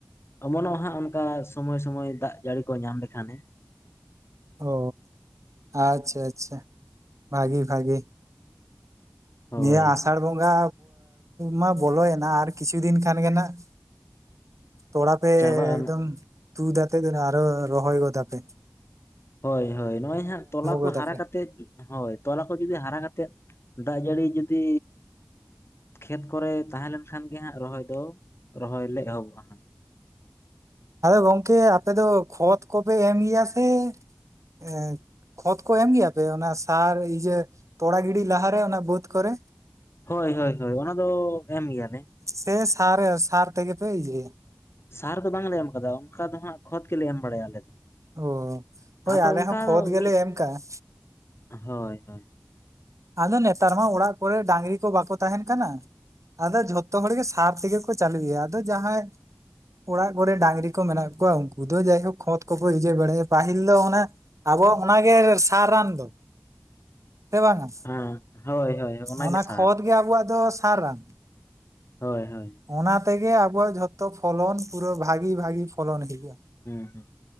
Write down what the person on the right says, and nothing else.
ᱚ ᱟᱪᱪᱷᱟ ᱼ ᱟᱪᱪᱷᱟ, ᱵᱷᱟᱜᱮ ᱼ ᱵᱷᱟᱜᱮ
ᱱᱤᱭᱟᱹ ᱟᱸᱥᱟᱲ ᱵᱚᱸᱜᱟ ᱢᱟ ᱵᱚᱞᱚᱭ ᱮᱱᱟ ᱟᱨ ᱠᱤᱪᱷᱩ ᱫᱤᱱ ᱠᱷᱟᱱ ᱜᱮ ᱱᱟᱸᱦᱜ᱾ ᱛᱚᱲᱟ ᱯᱮ
ᱮᱠᱫᱚᱢ ᱛᱩᱫᱟ ᱟᱛᱮ ᱜᱮ ᱱᱟᱸᱦᱜ ᱟᱨᱚ ᱨᱚᱦᱚᱭ ᱜᱚᱫᱟ ᱯᱮ᱾
ᱜᱚᱫᱟᱯᱮ
ᱜᱚᱝᱠᱮ ᱟᱯᱮ ᱫᱚ ᱠᱷᱚᱛ ᱠᱚᱯᱮ ᱮᱢ ᱜᱮᱭᱟ ᱥᱮ ᱮ ᱠᱷᱚᱛ ᱠᱚ ᱮᱢ ᱜᱮᱭᱟ ᱯᱮ ᱚᱱᱟ ᱥᱟᱨ ᱤᱭᱟᱹ ᱛᱚᱲᱟ ᱜᱤᱰᱤ ᱞᱟᱦᱟ ᱨᱮ ᱚᱱᱟ ᱵᱟᱹᱛ ᱠᱚᱨᱮ?
ᱥᱮ ᱥᱟᱨ ᱥᱟᱨ ᱛᱮᱜᱮ ᱯᱮ ᱤᱭᱟᱹᱭ ᱟ᱾
ᱚ ᱦᱳᱭ
ᱟᱞᱮ
ᱦᱚᱸ ᱠᱷᱚᱛ ᱜᱮᱞᱮ
ᱮᱢ ᱠᱟᱜᱼᱟ
ᱟᱫᱚ ᱱᱮᱛᱟᱨ ᱢᱟ ᱚᱲᱟᱜ ᱠᱚᱨᱮᱜ ᱰᱟᱝᱨᱤ ᱠᱚ ᱵᱟᱠᱚ ᱛᱟᱦᱮᱱ ᱠᱟᱱᱟ᱾ ᱟᱫᱚ ᱡᱷᱚᱛᱚ ᱦᱚᱲ ᱜᱮ ᱥᱟᱨ ᱛᱮᱜᱮ ᱠᱚ ᱪᱟᱹᱞᱩᱼᱭᱟ᱾ ᱟᱫᱚ ᱡᱟᱦᱟᱸᱭ ᱚᱲᱟᱜ ᱠᱚᱨᱮ ᱰᱟᱝᱨᱤ ᱠᱚ ᱢᱮᱱᱟᱜ ᱠᱚᱣᱟ ᱩᱱᱠᱩ ᱫᱚ ᱡᱟᱭᱦᱳᱠ ᱠᱷᱚᱛ ᱠᱚᱼᱠᱚ ᱤᱭᱟᱹ ᱵᱟᱲᱟᱭᱼᱟ ᱾ᱯᱟᱹᱦᱤᱞ ᱫᱚ ᱚᱱᱟ ᱟᱵᱚᱣᱟᱼᱜ ᱚᱱᱟ ᱜᱮ ᱥᱟᱨ ᱨᱟᱱ ᱫᱚ᱾ ᱥᱮ ᱵᱟᱝᱟ᱾
ᱚᱱᱟ
ᱠᱷᱚᱛ ᱜᱮ ᱟᱵᱚᱣᱟᱼᱜ ᱫᱚ ᱥᱟᱨ ᱨᱟᱱ
ᱚᱱᱟ ᱛᱮᱜᱮ ᱟᱵᱚᱣᱟᱼᱜ ᱡᱷᱚᱛᱚ ᱯᱷᱚᱞᱚᱱ ᱯᱩᱨᱟᱹ ᱵᱷᱟᱜᱤ ᱼ ᱵᱷᱟᱜᱤ ᱯᱷᱚᱞᱚᱱ ᱦᱩᱭᱩᱼᱟ᱾